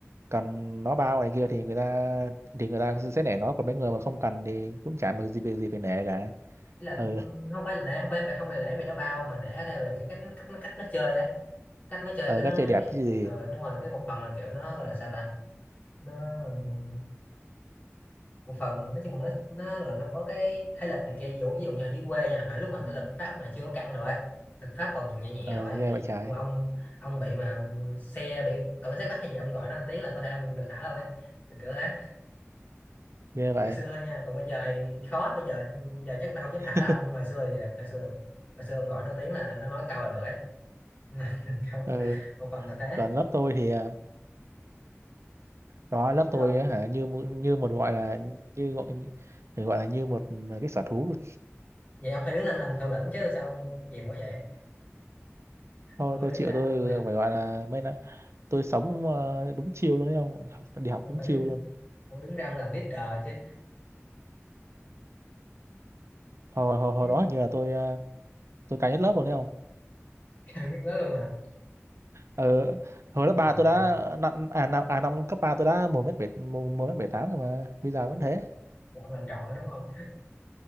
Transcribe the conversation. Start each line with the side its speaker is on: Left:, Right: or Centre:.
Right: cần nó bao này kia thì người ta thì người ta sẽ nể nó còn mấy người mà không cần thì cũng chả mặc gì việc gì phải nể cả
Left: Ý là
Right: ờ
Left: ừm, không phải là nể không phải không phải nể vì nó bao mà nể ở đây là cái cách nó cách nó cách nó chơi ấy cách nó chơi
Right: ờ
Left: cái nó
Right: các chơi
Left: nói
Right: đẹp
Left: chuyện
Right: chứ gì
Left: ờ đúng rồi với một phần là kiểu nó gọi là sao ta nó ừm, một phần nói chung là nó nó là nó có cái thế lực này kia ví dụ ví dụ như ở dưới quê nha hồi lúc mà
Right: Ừ.
Left: cái lực pháp mà chưa có căng rồi ấy lực pháp còn nhẹ nhẹ
Right: ờ
Left: rồi ấy
Right: ghê
Left: thì
Right: vậy trái
Left: dù ông ông bị mà xe bị cảnh sát bắt hay gì ông gọi nó một tiếng là có thể ông được thả đâu ấy kiểu kiểu thế
Right: ghê vậy
Left: hồi xưa thôi nha còn bây giờ thì khó bây giờ giờ chắc người ta không dám
Right: <laughs>
Left: thả đâu nhưng mà hồi xưa thì được, hồi xưa được hồi xưa ông gọi nó một tiếng là nó nói một câu là được ấy <laughs> Câu-
Right: ờ
Left: một phần là thế
Right: còn lớp tôi thì à, đó lớp
Left: đúng
Right: tôi
Left: không
Right: á hả như mu- như một gọi là như gọi phải gọi là như một cái sở thú luôn.
Left: vậy ông phải đứng lên làm thủ lĩnh chứ sao ông chìm quá vậy
Right: thôi
Left: ông phải
Right: tôi
Left: đứng
Right: chịu
Left: ra
Right: tôi
Left: ông,
Right: phải gọi là mấy là tôi sống ờ, đúng chiêu luôn đấy không học đi học
Left: ông
Right: đúng
Left: phải
Right: chiêu
Left: đứng
Right: luôn
Left: ông đứng ra ông làm leader chứ
Right: hồi hồi hồi
Left: chứ
Right: đó hình như là tôi ờ, tôi cao nhất lớp luôn đấy không
Left: Trời nhức nhớ luôn hả?
Right: ờ, hồi lớp ba
Left: À,
Right: tôi đã năm à năm à năm cấp ba tôi đã một mét bảy một mét bảy tám rồi mà bây giờ vẫn thế
Left: lộn làm tròn đó đúng không?